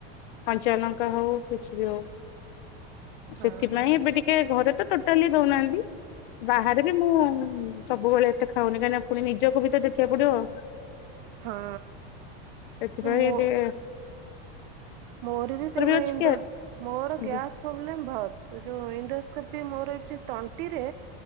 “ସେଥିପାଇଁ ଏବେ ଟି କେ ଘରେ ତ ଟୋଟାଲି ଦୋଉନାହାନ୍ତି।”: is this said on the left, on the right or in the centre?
Left